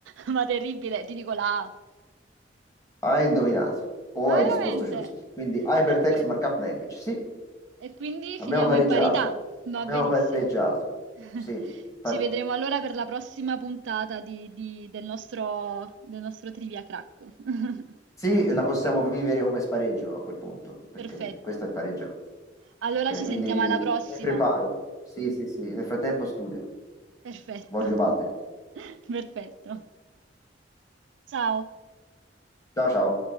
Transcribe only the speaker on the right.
ma terribile, ti dico la A.
Ma
veramente?
Perfetto.
E quindi
finiamo
in parità. Va
benissimo.
<laughs>
Ci vedremo allora per la prossima puntata di- di- del nostro, del nostro Trivia Crack. <laughs>
Perfetto.
Allora
ci
sentiamo
alla prossima.
Perfetto.
<laughs> Perfetto. Ciao.